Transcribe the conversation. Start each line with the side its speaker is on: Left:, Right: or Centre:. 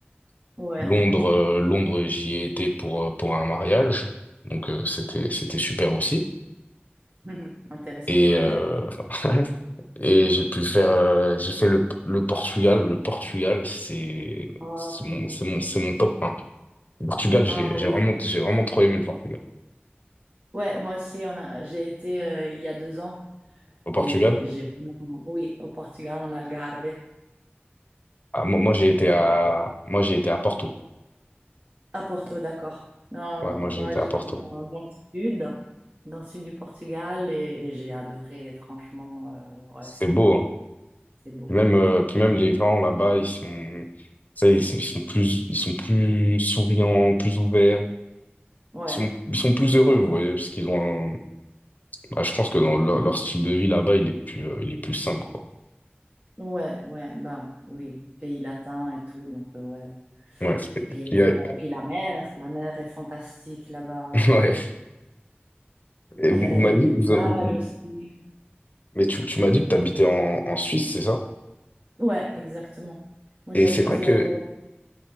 Right: ouais,
Left: Londres, euh, Londres, j'y ai été pour euh, pour un mariage. Donc euh, c'était
Right: ok.
Left: c'était super aussi.
Right: <laughs> Intéressant.
Left: Et euh, <laughs> et j'ai pu faire euh, j'ai fait le le Portugal. Le Portugal c'est
Right: Ah
Left: c'est mon
Right: oui.
Left: c'est mon c'est mon top un Le Portugal
Right: Ah
Left: j'ai j'ai
Right: oui.
Left: vraiment j'ai vraiment trop aimé le Portugal.
Right: Ouais, moi aussi, on a, j'ai été euh, il y a deux ans
Left: Au
Right: et
Left: Portugal,
Right: j'ai vraiment, oui, au Portugal, en Algarve,
Left: ah, moi moi j'ai été
Right: donc
Left: à moi j'ai été à Porto.
Right: à Porto, d'accord. Non,
Left: Ouais, moi
Right: moi
Left: j'ai été
Right: j'étais
Left: à Porto.
Right: dans, dans le sud, dans le sud du Portugal et, et j'ai adoré, franchement, euh, ouais,
Left: C'est
Right: c'est
Left: beau,
Right: beau,
Left: hein.
Right: c'est beau.
Left: Même, euh, puis même les gens là-bas, ils sont, ça, ils sont, ils sont plus, ils sont plus souriants, plus ouverts.
Right: Ouais,
Left: Ils sont, ils sont plus heureux, vous voyez, parce qu'ils ont un- ah, je pense que dans leur, leur style de vie là-bas, il est plus, euh, il est plus simple, quoi.
Right: ouais, ouais, ben oui, pays latin et tout, donc euh, ouais.
Left: Ouais.
Right: Et puis, euh,
Left: Il y a-
Right: et puis la mer, la mer est fantastique là-bas,
Left: <laughs>
Right: euh,
Left: ouais. Et vous,
Right: euh,
Left: vous m'avez
Right: les paysages
Left: dit, vous- vous-
Right: aussi.
Left: mais tu, tu m'as dit que t'habitais en, en Suisse, c'est ça?
Right: Ouais, exactement. Moi
Left: Et
Right: j'habite,
Left: c'est vrai
Right: euh,
Left: que,